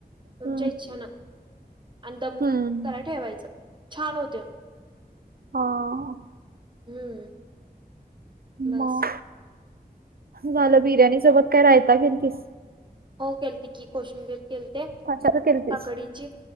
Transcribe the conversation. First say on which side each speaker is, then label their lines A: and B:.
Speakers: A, on the right (about 30°); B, on the right (about 70°).
A: तुमच्या
B: हं,
A: इच्छेन आणि द
B: हं.
A: कराय ठेवायचं छान होतंय
B: हां.
A: हम्म बस
B: म झालं बिर्याणी सोबत काय राहता केलतीस
A: हो केलते की कोशिंबीर केलते
B: कशाच केलतीस
A: काकडीची